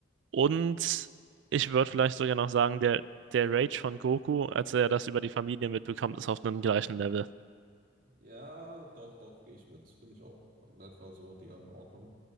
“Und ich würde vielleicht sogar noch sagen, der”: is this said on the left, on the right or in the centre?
Right